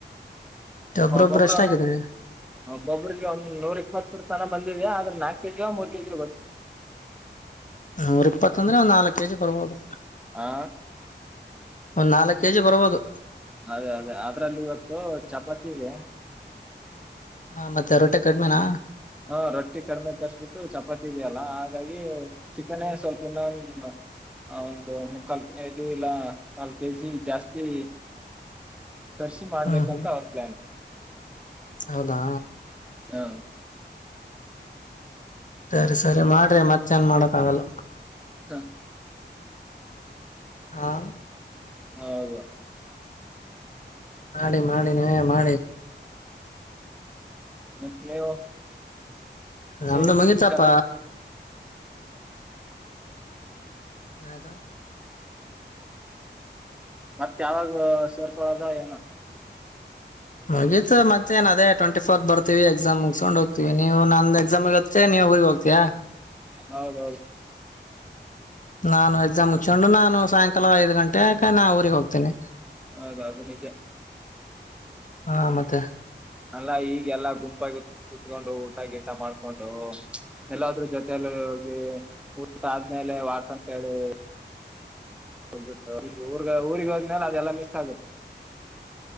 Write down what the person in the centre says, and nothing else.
ಒಬೊಬ್ಬರು
ಒಂದೊಂದು
ಒಬೊಬ್ಬ್ರಿಗೆ ನೂರ ಇಪ್ಪತ್ರ್. ತನ ಬಂದಿದೆ ಅದ್ರೆ ನಾಕ ಕೆ ಜಿ ಮೂರ್ ಕೆ ಜಿ ಗೋ
ಆ
ಅದೇ ಅದೇ ಅದ್ರಲ್ಲಿ ಇವತ್ತು ಚಪಾತಿ ಇದೆ.
ಹಾ ರೊಟ್ಟಿ ಕಡಿಮೆ ತರಿಸ್ಬಿಟ್ಟು ಚಪಾತಿ ಇದೆಯಲ್ಲ ಹಾಗಾಗಿ ಚಿಕನೇ ಸ್ವಲ್ಪ ಇನ್ನೊಂದು. ಹೌದು ಒಂದ್ಮುಕಾಲ್ ಕೆ ಇಲ್ಲ ಕಾಲ್ ಕೆ ಜಿ ಜಾಸ್ತಿ. ತರ್ಸಿ ಮಾಡ್ಬೇಕಂತ
ಅವ್ರ ಪ್ಲಾನ್.
ಹಾ.
<inaudible>
ಹೌದು.
<inaudible> ನೀವು.
ನೀವಿದ್ರೆ
ಚೆನ್ನಾಗಿತ್ತು
ಮತ್ಯವಾಗ ಸೇರ್ಕೊಳ್ಳದ ಏನ
ಹೌದೌದು
ಹೌದ್ ಅದ್ ನಿಜ.
ಅಲ್ಲ ಈಗೆಲ್ಲ ಗುಂಪಾಗಿ ಕೂತ್ಕೊಂಡು ಊಟ ಗೀಟ ಮಾಡ್ಕೊಂಡು ಎಲ್ಲಾದ್ರ ಜೊತೆಯಲ್ಲಿ ಹೋಗಿ ಊಟ ಆದ್ಮೇಲೆ ವಾಕ್ಂತೇಳಿ ಗ್ಬಿಟ್ಟ ಊರ್ಗ ಊರಿಗೆ ಹೋದ್ಮೇಲ ಅದೆಲ್ಲಾ ಮಿಸ್ ಆಗುತ್ <unintelligible>